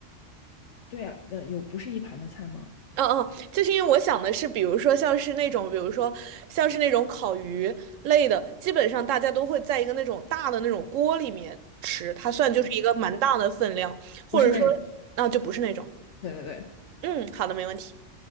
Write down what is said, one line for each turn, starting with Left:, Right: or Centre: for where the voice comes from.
Left: 对啊，的有不是一盘的菜吗？
Right: 嗯嗯，就是因为我想的是，比如说像是那种，比如说像是那种烤鱼类的，基本上大家都会在一个那种大的那种锅里面吃，它算就是一个蛮大的分量，或者说，
Left: 不是那种，
Right: 那、就不是那种。
Left: 对对对，
Right: 嗯，好的，没问题。